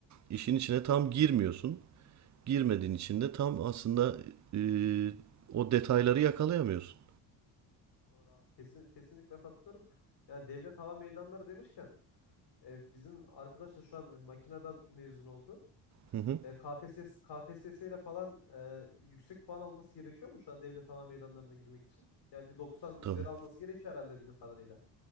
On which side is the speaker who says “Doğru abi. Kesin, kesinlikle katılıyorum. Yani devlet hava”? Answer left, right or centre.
Left